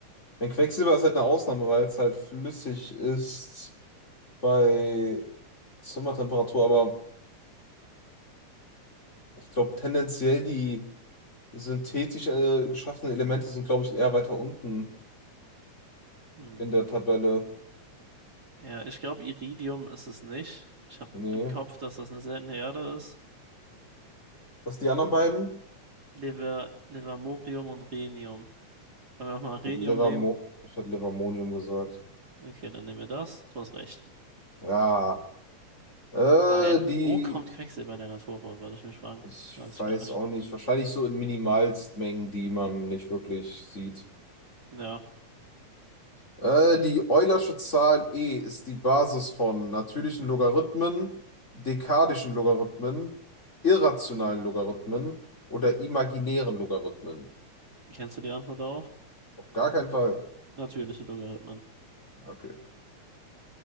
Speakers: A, on the left (about 25°); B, on the right (about 35°).
A: Denn Quecksilber ist halt eine Ausnahme, weil es halt flüssig ist bei Zimmertemperatur, aber ich glaube tendenziell die synthetisch äh, geschaffene Elemente sind, glaube ich, eher weiter unten
B: Hm.
A: in der Tabelle.
B: Ja, ich glaube, Iridium ist es nicht. Ich habe
A: Nee.
B: im Kopf, dass das eine seltene Erde ist.
A: Was die anderen
B: Mhm.
A: beiden?
B: Liver, Livermorium und Rhenium. Wollen wir auch mal Rhenium
A: Gut, Livermo
B: nehmen?
A: ich hätte Livermonium gesagt.
B: Okay, dann nehmen wir das. Du hast recht.
A: Ja. Äh,
B: Ah, ent-
A: die,
B: wo kommt Quecksilber in der Natur vor, würde ich mich fragen.
A: ich
B: Weiß
A: weiß
B: ich gar nicht.
A: auch nicht, wahrscheinlich so in Minimalstmengen, die man nicht wirklich sieht.
B: Ja,
A: Äh, die Eulersche Zahl e ist die Basis von natürlichen Logarithmen, dekadischen Logarithmen, irrationalen Logarithmen oder imaginären Logarithmen.
B: kennst du die Antwort darauf?
A: Auf gar keinen Fall.
B: Natürliche Logarithmen.
A: Okay.